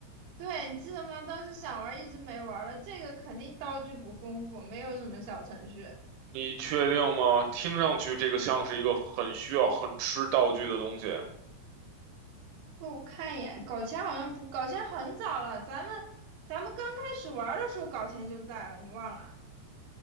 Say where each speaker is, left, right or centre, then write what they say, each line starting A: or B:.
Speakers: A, on the right; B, on the right.
A: 对，你记得吗？当时想玩一直没玩了。这个肯定道具不丰富，没有什么小程序。
B: 你确定吗？听上去这个像是一个很需要、很吃道具的东西，
A: 不，我看一眼，搞钱好像不，搞钱很早了。咱们咱们刚开始玩的时候，搞钱就在了，你忘了？